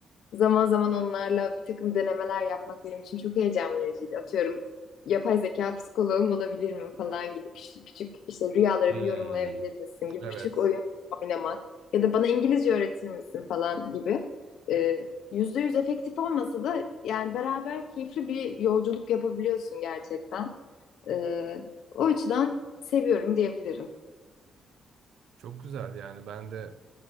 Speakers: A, on the left; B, on the right.
A: Zaman zaman onlarla bir takım denemeler yapmak benim için çok heyecan vericiydi. Atıyorum yapay zeka psikoloğum olabilir mi falan gibi küçük, küçük işte rüyalarımı
B: Hmm,
A: yorumlayabilir misin gibi
B: evet.
A: küçük oyun oynamak ya da bana İngilizce öğretir misin falan gibi. Ee, yüzde yüz efektif olmasa da yani beraber keyifli bir yolculuk yapabiliyorsun gerçekten. Ee, o açıdan seviyorum diyebilirim.
B: Çok güzel yani ben de